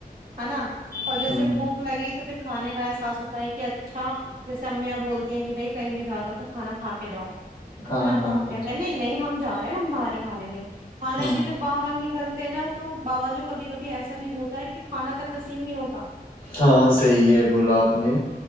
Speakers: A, on the right (about 70°); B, on the left (about 80°).
A: ہے نا اور جیسے
B: ہوں
A: بھوک لگی تو پھر کھانے کاایا ساس ستا ایک کہ اچھا جیسے امیاں بولتی ہیں کہ بھائی کہیں بھی جا رہا ہو تو کھانا کھا کے جاؤ
B: کھانا
A: نا
B: کھا
A: تو
B: کے
A: ہم کہتے
B: اچھا
A: نہیں نہیں ہم جا رہے ہم باہ ہی کا لیں گے حالانکہ
B: ہوں
A: جو باہر نکل نا تو باو جو کبھی کبھی ایسا بھی ہوتا ہے کہ کھانا تک نصیب نہیں ہوتا
B: ہاں صحی ہے بولا آپ نے